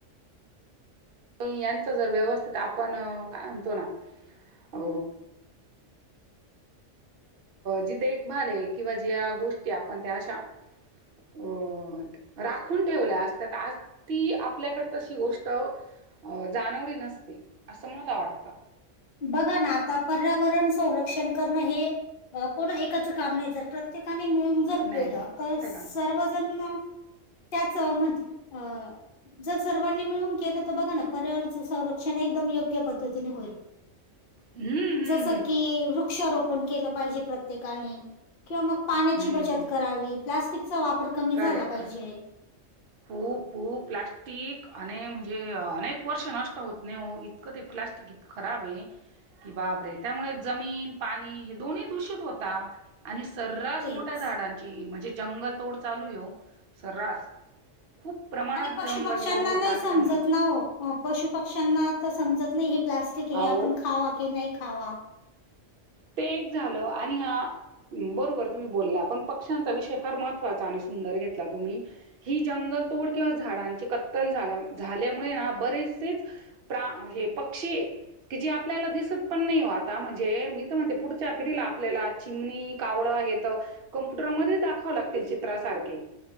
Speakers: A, on the right; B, on the left.
A: यांचं जर व्यवस्थित आपण काय म्हणतो ना अ जी देखभाल आहे किंवा ज्या गोष्टी आपण त्या अशा अ राखून ठेवल्या असत्या आज ती आपल्याकड तशी गोष्ट अ जाणवली नसते असं मला वाटतं
B: बघा ना आता पर्यावरण संरक्षण करणं हे कोण एकाचं काम नाही तर प्रत्येकाने मिळून विचार
A: नाही
B: केल
A: नाही प्रत्येकाने
B: तर सर्वजण त्याचमध्ये अ जर सर्वांनी मिळून केलं तर बघा ना पर्यावरणाच संरक्षण एकदम योग्य पद्धतीने होईल
A: हम्म हम्म
B: जसं
A: हम्
B: की वृक्षारोपण केलं पाहिजे प्रत्येकाने किंवा मग पाण्याची
A: हम्म
B: बचत
A: हम्म.
B: करावी. प्लास्टिकचा वापर कमी
A: करेक्ट
B: झाला पाहिजे.
A: करेक्ट. खूप खूप प्लास्टिक आणि म्हणजे अनेक वर्ष नष्ट होत नाही हो इतकं ते प्लास्टिक खराब आहे की बापरे त्यामुळे जमीन, पाणी हे दोन्ही दूषित होता आणि सर्रास
B: तेच.
A: मोठ्या झाडांची म्हणजे जंगल तोड चालू हे ओ सर्रास खूप प्रमाणात
B: आणि पशु
A: जंगल
B: पक्ष्यांना
A: तोड होत
B: नाही
A: असल्यामुळं
B: समजत नव पशु पक्ष्यांना तर समजत नाही हे प्लास्टिक
A: अहो
B: हे आपण खावा की नाही खावा
A: ते एक झालं आणि हा बरोबर तुम्ही बोलला पण पक्ष्यांचा विषय फार महत्त्वाचा आणि सुंदर घेतला तुम्ही ही जंगल तोड किंवा झाडांची कत्तल झाल्या झाल्यामुळे ना बरेचसेच प्रा हे पक्षी हे की जी आपल्याला दिसत पण नाही हो आता म्हणजे मी म्हणते पुढच्या पिढीला आपल्याला चिमणी कावळं हेे तं कम्प्युटरमध्येच दाखवाव लागतील चित्रासारखे